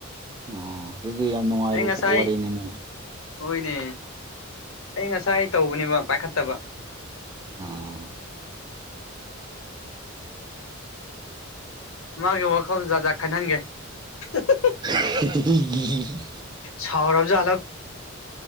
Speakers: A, on the right; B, on the left.
A: ꯑꯣ ꯑꯗꯨꯗꯤ ꯌꯥꯝ ꯅꯨꯡꯉꯥꯏꯕ
B: ꯑꯩ ꯉꯁꯥꯏ
A: ꯋꯥꯔꯤꯅꯤꯅꯦ
B: ꯍꯣꯏꯅꯦ ꯑꯩ ꯉꯁꯥꯏ ꯇꯧꯕꯅꯦꯕ ꯄꯥꯏꯈꯠꯇꯕ
A: ꯑꯥ
B: ꯃꯥꯒꯤ ꯋꯥꯈꯜ ꯖꯥꯠꯖꯥꯠ ꯈꯟꯍꯟꯒꯦ <unintelligible>
A: <unintelligible>
B: ꯁꯥꯎꯔꯖꯥꯠꯂ